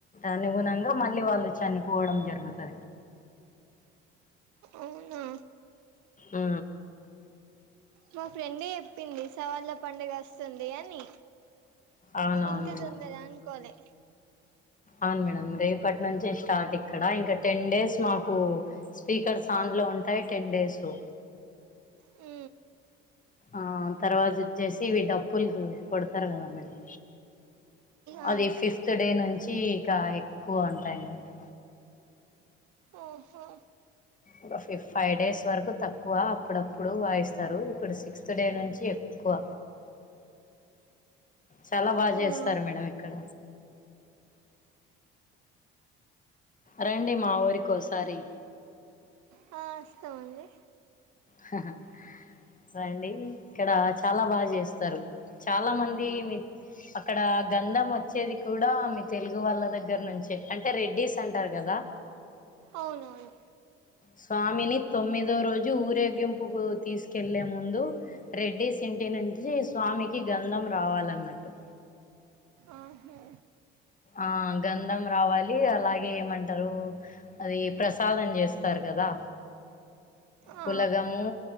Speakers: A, on the left; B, on the right.
A: అనుగుణంగా మళ్ళీ వాళ్ళు చనిపోడం జరుగుతద్
B: అవునా
A: ఆ
B: మా ఫ్రెండే ఏప్పింది సవళ్ల పండుగస్తుందీ అని
A: అవునవును
B: ఇంత
A: మేడం
B: తొందర అన్కోలే
A: అవును మేడం రేపట్నుంచే స్టార్ట్ ఇక్కడ ఇంకా టెన్ డేస్ మాకు స్పీకర్స్ ఆన్లో ఉంటాయ్ టెన్ డేసు
B: ఊ
A: ఆ తర్వాత వచ్చేసి ఇవి డప్పుల్కి కొడ్తారు కదా మేడం
B: ఆ
A: అది ఫిఫ్త్ డే నుంచి ఇకా ఎక్కువ ఉంటాయన్నట్టు
B: ఓహో
A: ఒక ఫిఫ్ ఫై డేస్ వరకు తక్కువ అప్పుడప్పుడు వాయిస్తారు ఇప్పుడు సిక్స్త్ డే నుంచి ఎక్కువ చాలా బాగ
B: అవునా
A: జేస్తారు మేడం ఇక్కడ రండి మా ఊరికోసారి
B: హా వస్తమండి
A: హా హా రండి ఇక్కడ చాలా బాగా జేస్తారు చాలా మంది మీక్ అక్కడ గంధం వచ్చేది కూడా మీ తెలుగు వాళ్ళ దగ్గర్నుంచే అంటే రెడ్డిస్ అంటారు గదా
B: అవునవును
A: స్వామిని తొమ్మిదో రోజు ఊరేగింపుకు తీస్కెల్లే ముందు రెడ్డీస్ ఇంటి నుంచి స్వామికి గంధం రావాలన్నట్టు
B: ఆహా
A: ఆ గంధం రావాలి, అలాగే ఏమంటారు. అది, ప్రసాదం, జేస్తారు. గదా
B: ఆ
A: పులగము